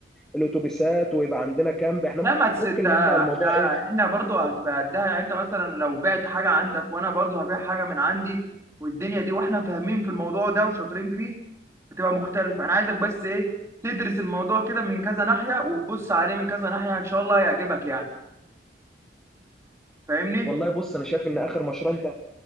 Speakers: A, in the centre; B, on the right (about 15°).
A: الاتوبيسات ويبقى عندنا كامب احنا
B: لا ما تس... تا-
A: ممكن نبدأ الموضوع
B: احنا
A: ايه
B: احنا برضو هتبقى قدها يعني انت مثلا لو بعت حاجه عندك وانا برضو هبيع حاجه من عندي والدنيا دي واحنا فاهمين في الموضوع ده وشاطرين فيه هتبقى مختلفه انا عايزك بس ايه تدرس الموضوع كده من كذا ناحيه وتبص عليه من كذا ناحيه ان شاء الله هيعجبك يعني فاهمني
A: والله بص انا شايف ان اخر مشروع انت